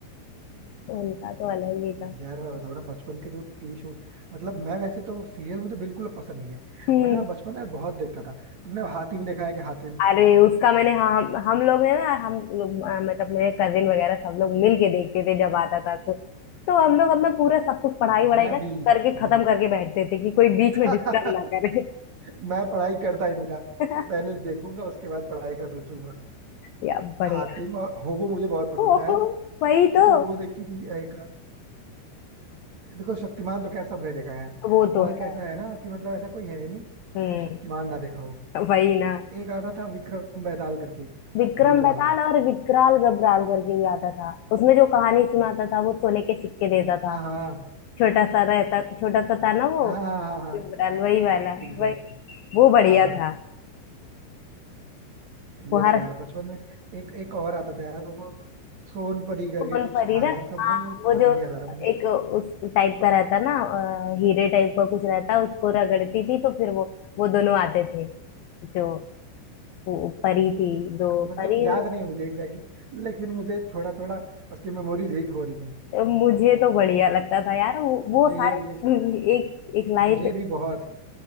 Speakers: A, on the left; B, on the right.
A: उनका तो अलग ही था
B: यार मैं बताऊँ ना बचपन के जो टीवी शो मतलब मैं वैसे तो सीरियल मुझे बिल्कुल पसंद नहीं है
A: हम्म।
B: बट मैं बचपन में बहुत देखता था तुमने हातिम देखा है कि हातिम
A: अरे उसका मैंने हाँ, हम हम लोग ने ना हम लोग अ, मतलब मेरे कजिन वगैरह सब लोग मिल के देखते थे जब आता था तो तो हम लोग अपना पूरा सब कुछ पढ़ाई
B: मैं
A: वढ़ाई ना
B: भी
A: करके खत्म
B: मैं
A: करके बैठते थे कि कोई बीच
B: <laughs>
A: में डिस्टर्ब ना करे
B: मैं पढ़ाई करता ही नहीं था
A: <laughs>
B: कि पहले देखूंगा उसके बाद पढ़ाई का सोचूंगा
A: या बढ़िया
B: हातिम और होबो मुझे बहुत पसंद
A: ओहो,
B: था यार
A: वही तो
B: अच्छा वो देखती थी एक देखो शक्तिमान तो खैर सबने देखा है
A: वो
B: वो
A: तो
B: एक
A: है
B: ऐसा है ना कि मतलब ऐसा कोई है ही नहीं
A: हम्म
B: जो शक्तिमान ना देखा हो
A: वही ना
B: एक आता था विक्रम बेताल करके
A: विक्रम
B: भूत वाला
A: बेताल और विकराल गब्राल करके भी आता था उसमें जो कहानी सुनाता था वो सोने के सिक्के देता था
B: हाँ हाँ
A: छोटा सा रहता छोटा सा था ना वो
B: हाँ हाँ हाँ हाँ हाँ, हाँ,
A: गब्राल वही वाला
B: एग्जैक्टली
A: वही
B: exactly.
A: वो
B: हाँ
A: बढ़िया
B: हाँ
A: था
B: ये
A: वो हर
B: तो यार बचपन में एक एक और आता था यार वो सोनपरी करके
A: सोन
B: कुछ
A: परी
B: था
A: ना
B: यार समथिंग
A: हाँ वो
B: नाम
A: जो
B: नहीं याद आ रहा मुझे
A: एक उस टाइप का रहता ना अ, हीरे टाइप का कुछ रहता उसको रगड़ती थी तो फिर वो वो दोनों आते थे जो वो परी थी दो
B: मतलब
A: परी
B: याद
A: और
B: नहीं है मुझे एग्जैक्टली exactly, लेकिन मुझे थोड़ा थोड़ा उसकी मेमोरीज हिट हो रही हैं
A: मुझे तो बढ़िया लगता था यार वो, वो
B: मुझे
A: सारे
B: ये ये श-
A: <laughs> एक एक लाइन
B: मुझे
A: से
B: भी बहुत